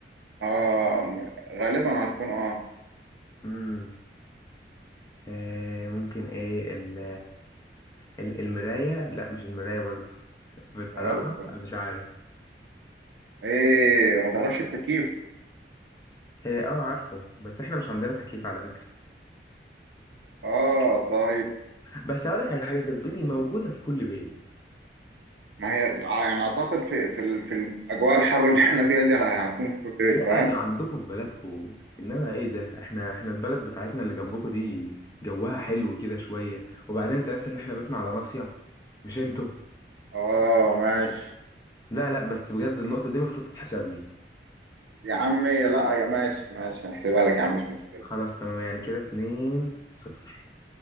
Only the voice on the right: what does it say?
أه م- غالبا هتكون أه
غلط برضو
إيه ما تعرفش التكييف
أه طيب
ما هي ع- يعني أعتقد في في ال- في الأجواء الحر اللي إحنا فيها دي هتكون في كل بيت
فاهم؟
اه ماشي
يا عمي لا يا ماشي ماشي هحسبها لك يا عم مش مشكلة